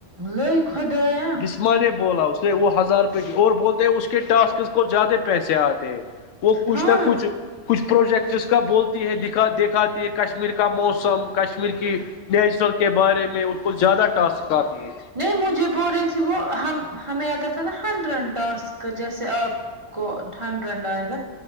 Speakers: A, on the right (about 30°); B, on the left (about 80°).
A: لئی خھدایا
B: اسما نے بولا اس نے وہ ہزار روپئے کی اور بولتے اس کے ٹاسک کو زیادہ پیسے آتے وہ کچھ
A: ہاں
B: نہ کچھ کچھ پروجیکٹ اس کا بولتی ہے دکھا دکھاتی ہے کشمیر کا موسم کشمیر کی نیچرل کے بارے میں اس کو زیادہ ٹاسککھاتتی ہے
A: نہیں مجھے بول رہی تھی وہ ہم ہمیں آتا تھا نا ہنڈرینڈ ٹاسک جیسے آپ کو ڈٹھنڈ ڈنڈ آئے گا